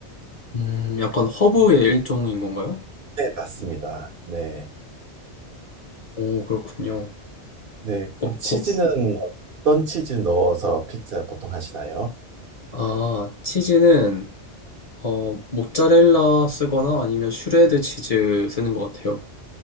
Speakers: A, on the left; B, on the right.
A: 음, 약간 허브의 일종인 건가요?
B: 네, 맞습니다. 네.
A: 오, 그렇군요.
B: 네, 그럼
A: 어,
B: 치즈는
A: 거, 치-
B: 어떤 치즈 넣어서 피자 보통 하시나요?
A: 아, 치즈는, 어, 모짜렐라 쓰거나 아니면 슈레드 치즈 쓰는 것 같아요.